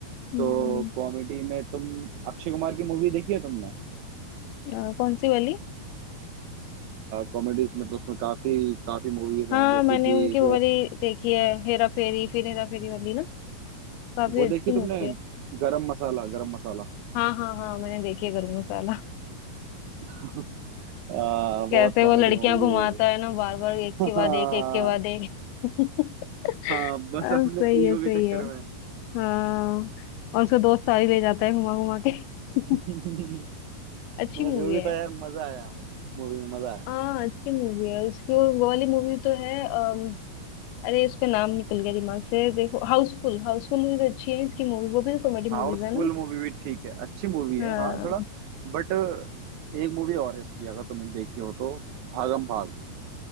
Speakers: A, on the left (about 80°); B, on the right (about 75°).
A: हम्म
B: तो कॉमेडी में तुम अक्षय कुमार की मूवी देखी है तुमने
A: अ, कौन सी वाली
B: कॉमेडीज में तो उसमें काफी काफी मूवीज
A: हाँ
B: हैं जैसे
A: मैंने
B: कि
A: उनकी वो वाली देखी है हेरा फेरी फिर हेरा फेरी वाली ना काफी
B: वो
A: अच्छी
B: देखी
A: मूवी
B: तुमने
A: है
B: गरम मसाला गरम मसाला
A: हाँ हाँ हाँ मैंने देखी है गरम मसाला
B: <laughs> आ, बहुत
A: कैसे
B: कॉमेडी
A: वो लड़कियां
B: मूवी
A: घुमाता
B: है वो
A: है ना बार बार एक
B: <laughs>
A: के बाद
B: हाँ
A: एक एक के बाद एक <laughs>
B: हाँ बस
A: हाँ,
B: अपने
A: सही है
B: ईगो
A: सही
B: के चक्कर
A: है
B: में
A: हाँ और उसका दोस्त सारी ले जाता है घुमा घुमा के <laughs>
B: <laughs>
A: अच्छी
B: मगर
A: मूवी
B: जो भी
A: है
B: था यार मजा आया मूवी में मजा आया
A: हाँ अच्छी मूवी है उसकी और वो वाली मूवी तो है अम, अरे उसका नाम निकल गया दिमाग से देखो हाउसफुल हाउसफुल मूवी तो अच्छी है इसकी मूवी वो भी तो कॉमेडी
B: हाउसफुल
A: मूवीज है ना
B: मूवी भी ठीक है अच्छी मूवी
A: हाँ
B: है हाँ थोड़ा बट एक मूवी और है इसकी अगर तुमने देखी हो तो भागम भाग